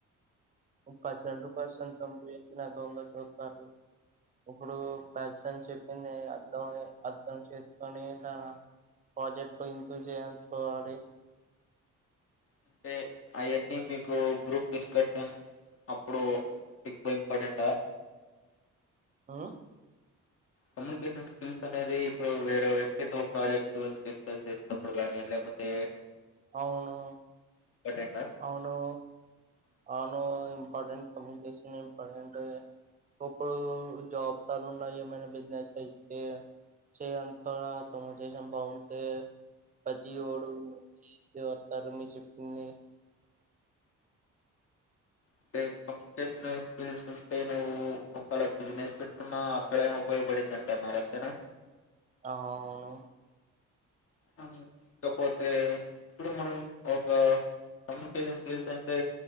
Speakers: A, on the right; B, on the left.
A: పర్సన్ టు పర్సన్ కమ్యూనికేషన్ అట్లందే ఎట్లొత్తారు ఇప్పుడు పర్సన్ చెప్పింది అర్ధంమై అర్ధం చేసుకొని తన ప్రాజెక్టులో ఎంట్రీ చెయ్ అంటారు కదా అది
B: అంటే అయన్నీ మీకు గ్రూప్ డిస్కషన్ అప్పుడు ఎక్కువ ఇంపార్టెంట్ ఆ
A: మ్మ్
B: కమ్యూనికేషన్ స్కిల్స్ అనేది ఇప్పుడు వేరే వ్యక్తితో ఒక ప్రాజెక్టు గురించి డిస్కస్ చేసేటప్పుడు కానీ లేక్పోతే
A: అవును
B: ఇంపార్టెంటా
A: అవును అవును ఇంపార్టెంట్ కమ్యూనికేషన్ ఇంపార్టెంటే ఇప్పుడు జాబ్స్ అని ఉన్న ఏమైనా బిజినెస్ అయితే సేయంత కమ్యూనికేషన్ బాగుంటే పతివోడు మీకే వత్తారు మీరు చెప్పింది
B: అంటే కమ్యూనికేషన్ స్కిల్స్ ఉంటే నువ్వు ఒకేలా బిజినెస్ పెట్టుకున్న అక్కడైనా ఉపయోగపడిదంటున్నారు అంతేనా
A: ఆ అవును
B: అవును ఇకపోతే ఇప్పుడు మనం ఒక కమ్యూనికేషన్ స్కిల్స్ అంటే